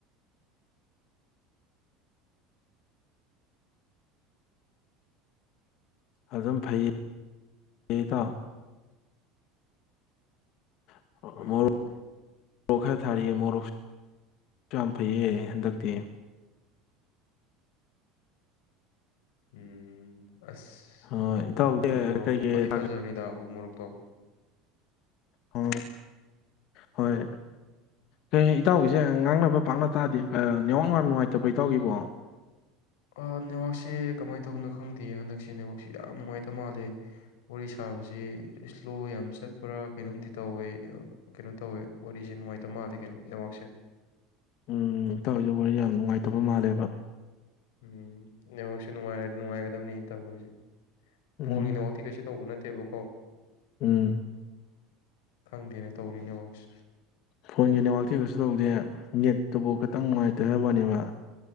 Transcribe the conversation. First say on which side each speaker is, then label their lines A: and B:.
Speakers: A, on the left; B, on the left.
A: ꯑꯗꯨꯝ ꯐꯩꯌꯦ ꯏꯇꯥꯎ <unintelligible>
B: ꯎꯝ
A: ꯃꯣꯔꯣꯛ ꯈꯔ ꯊꯥꯔꯤꯌ‌ꯦ ꯃꯣꯔꯣꯛꯁꯨ ꯌꯥꯝ ꯐꯩꯌꯦ ꯍꯟꯗꯛꯇꯤ
B: ꯎꯝ ꯑꯁ
A: ꯑꯣ ꯏꯇꯥꯎꯗꯤ
B: ꯃꯣꯔꯣꯛꯇꯣ
A: ꯀꯩꯀꯩ
B: ꯐꯗꯤ ꯐꯖꯕꯅꯤꯗ ꯎ ꯃꯣꯔꯣꯛꯇꯣ
A: ꯑ ꯍꯣꯏ ꯍ ꯏꯇꯥꯎꯒꯤꯁꯦ ꯉꯥꯡꯅꯕ ꯄꯥꯛꯅ ꯇꯥꯗꯦ ꯅ‌ꯦꯠꯋꯥꯥꯛ ꯌꯥꯝ ꯅꯨꯡꯉꯥꯏꯇꯥꯕ‌ꯣ ꯏꯇꯥꯎꯒꯤꯕꯣ
B: ꯑ ꯅꯦꯠꯋꯥꯛꯁꯦ ꯀꯃꯥꯏꯅ ꯇꯧꯕꯅꯣ ꯈꯪꯗꯦ ꯍꯟꯗꯛꯁꯦ ꯅꯦꯠꯋꯥꯛꯁꯦ ꯌꯥꯝ ꯅꯨꯡꯉꯥꯏꯇ ꯃꯥꯜꯂꯦ ꯋꯥꯔꯤ ꯁꯥꯕꯁꯤ ꯏꯁꯂꯣ ꯌꯥꯝ ꯆꯠꯄ꯭ꯔꯥ ꯀꯩꯅꯣꯝꯗꯤ ꯇꯧꯋꯦ ꯀꯩꯅꯣ ꯇꯧꯋꯦ ꯋꯥꯔꯤꯁꯦ ꯅꯨꯡꯉꯥꯏꯇꯕ ꯃꯥꯜꯂꯦ ꯀꯩꯅꯣ ꯅ‌ꯦꯠꯋꯥꯔ꯭ꯛꯁꯦ
A: ꯎꯝ ꯏꯇꯥꯎꯁꯨ ꯋꯥꯔꯤ ꯌꯥꯝ ꯅꯨꯡꯉꯥꯏꯇꯕ ꯃꯥꯜꯂꯦꯕ
B: ꯎꯝ ꯅ‌ꯦꯠꯋꯥꯔ꯭ꯛꯁ‌ꯦ ꯅꯨꯡꯉꯥꯏꯔꯗꯤ ꯅꯨꯡꯉꯥꯏꯒꯗꯕꯅꯤꯅ ꯇꯧꯔꯤꯁꯦ
A: ꯎꯝ
B: ꯐꯣꯟꯒꯤꯗ ꯅ‌ꯦꯠꯋꯥꯔ꯭ꯛ ꯇꯤ ꯀꯩꯁꯨ ꯇꯧꯕ ꯅꯠꯇꯦꯕꯀꯣ
A: ꯎꯝ
B: ꯈꯪꯗꯦꯅ‌ꯦ ꯇꯧꯔꯤ ꯅꯦꯠꯋꯥꯛꯁꯤ
A: ꯐꯣꯟꯒꯤ ꯅꯦꯋꯥꯥꯛꯇꯤ ꯀꯩꯁꯨ ꯇꯧꯗꯦ ꯅꯦꯠꯇꯨꯕꯨ ꯈꯤꯇꯪ ꯅꯨꯡꯉꯥꯏꯇꯦ ꯍꯥꯏꯕꯋꯥꯅꯦꯕ